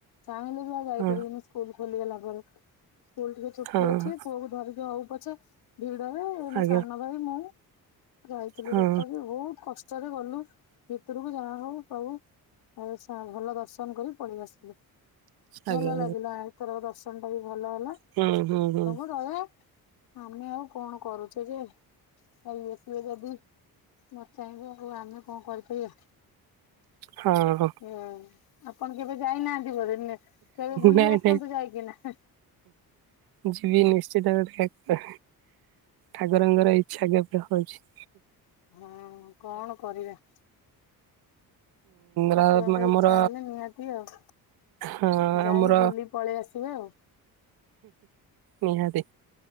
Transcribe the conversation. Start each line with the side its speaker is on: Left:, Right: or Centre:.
Left: ଚାହିଁଲେ ବି ଆଉ ଯାଇପାରିବିନି
Right: ହଁ
Left: ସ୍କୁଲ ଖୋଲିଗଲା ପରେ। ସ୍କୁଲ ଟିକେ ଛୁଟି
Right: ହଁ ହଁ
Left: ଅଛି ପୁଅକୁ ଧରିକି ହଉ ପଛେ। ଭିଡ଼ରେ ମୋ
Right: ଆଜ୍ଞା
Left: ସାନ ଭାଇ ମୁଁ ଯାଇଥିଲୁ
Right: ହଁ
Left: ରଥକୁ ବହୁତ କଷ୍ ଚରେ ଗଲୁ ଭିତରକୁ ଯାହା ହଉ ପ୍ରଭୁ। ଆ ସା ଭଲ ଦର୍ଶନ କରି ପଳେଇ ଆସିଲୁ।
Right: ଆଜ୍ଞା
Left: ଭଲ
Right: ଆଜ୍ଞା
Left: ଲାଗିଲା ଏଥର ଦର୍ଶନ ଟା ବି ଭଲ ହେଲା।
Right: <unintelligible>
Left: <unintelligible> ଆମେ ଆଉ କଣ କରୁଛେ ଯେ? ଆଉ ଇଏ ସିଏ ଯଦି ନଚାହିଁବେ ଆଉ ଆମେ କଣ କରିପାରିବା?
Right: ହୁଁ ହୁ।
Left: ଏ ଆଉ ଆପଣ କେବେ ଯାଇନାହାନ୍ତି ବୋଧେ ନେ କେବେ ବୁଲି
Right: ନାଇଁ
Left: ଆସନ୍ତୁ
Right: ନାଇଁ
Left: ଯାଇକିନା।
Right: ଯିବି ନିଶ୍ଚିତ ରୂପେ? ଠାକୁରଙ୍କର ଇଚ୍ଛା କେବେ ହଉଛି?
Left: ହଁ କଣ କରିବା। ଠାକୁରଙ୍କ
Right: ର ଆମର
Left: ଇଚ୍ଛା ହେଲେ ନିହାତି ଆଉ।
Right: ହଁ
Left: ଯାଇ
Right: ଆମର
Left: ବୁଲି ପଳେଇ ଆସିବେ ଆଉ।
Right: ନିହାତି